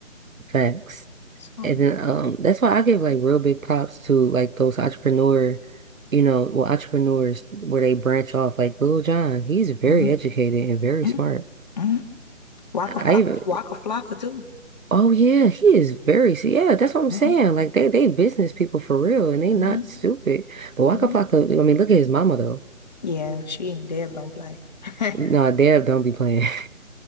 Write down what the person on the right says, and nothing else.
Facts.
And then um that's why I give like real big props to like those entrepreneur, you know, well entrepreneurs where they branch off like Lil Jon, he's very
educated and very
smart.
I
even
oh yeah, he is very see, yeah, that's what I'm
saying. Like they they business people for real and they
not stupid. But Waka
Flocka, I mean, look at his mama though.
No, Deb don't be playing.